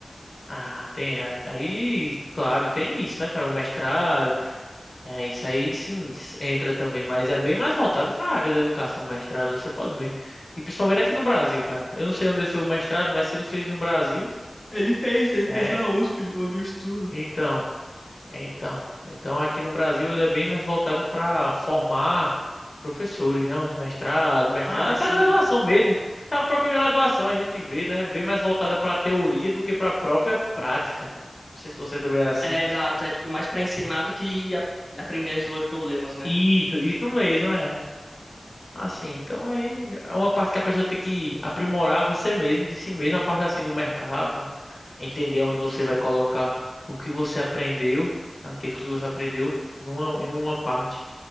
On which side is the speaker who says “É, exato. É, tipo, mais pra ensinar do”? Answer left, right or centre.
Left